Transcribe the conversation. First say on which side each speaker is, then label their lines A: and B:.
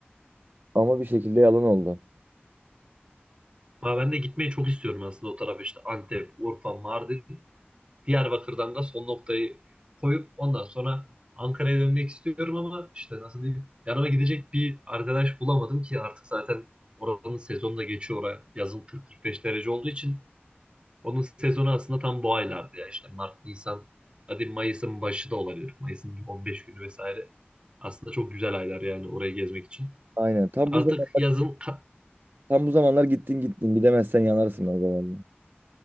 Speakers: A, on the right (about 50°); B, on the right (about 25°).
A: Ama bir şekilde yalan oldu.
B: Ama ben de gitmeyi çok istiyorum aslında o tarafa işte Antep, Urfa, Mardin. Diyarbakır'dan da son noktayı koyup ondan sonra Ankara'ya dönmek istiyorum ama işte nasıl diyeyim yanıma gidecek bir arkadaş bulamadım ki artık zaten oranın sezonu da geçiyor oraya yazın 40-45 derece olduğu için onun sezonu aslında tam bu aylardı ya işte Mart, Nisan hadi Mayıs'ın başı da olabilir Mayıs'ın 15 günü vesaire aslında çok güzel aylar yani orayı gezmek için
A: Aynen tam
B: artık
A: bu zamanlar,
B: yazın ka-
A: tam bu zamanlar gittin gittin gidemezsen yanarsın o zamanlar.